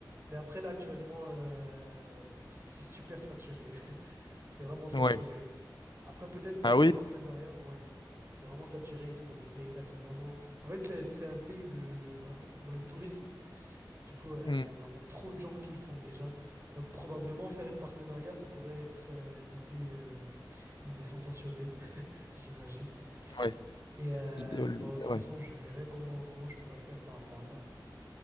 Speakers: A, on the right (about 35°); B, on the left (about 75°).
A: Mais après, là, actuellement, euh, c'est c'est super saturé. <laughs> C'est vraiment saturé.
B: Ouais.
A: Après, peut-être faire
B: Ah
A: un
B: oui?
A: partenariat, ouais. C'est vraiment saturé ici dans mon pays. Là, c'est vraiment. En fait, c'est c'est un pays de vraiment pour le tourisme. Du coup, euh,
B: Hmm.
A: il y a vraiment trop de gens qui le font déjà. Donc, probablement faire une partenariat, ça pourrait être euh, l'idée euh, l'idée sensationnelle, <laughs> j'imagine.
B: Ouais.
A: Et euh,
B: Vidéo-
A: bon, de toute façon,
B: ouais.
A: je verrai comment comment je pourrais faire par rapport à ça.